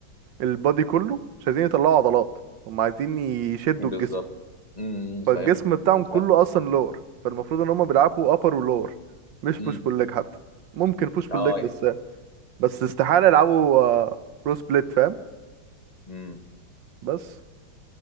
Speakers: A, on the right; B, on the left.
A: البادي كله مش عايزين يطلعوا عضلات هم عايزين يشدوا
B: بالظبط
A: الجسم
B: امم فاهم
A: فالجسم بتاعهم
B: امم فاهم
A: كله اصلا لور فالمفروض ان هم بيلعبوا ابر ولور مش
B: امم
A: بوش بول ليج حتى ممكن بوش بول
B: اه
A: ليج بس
B: يعني
A: بس استحالة يلعبوا آه، برو سبليت فاهم
B: امم
A: بس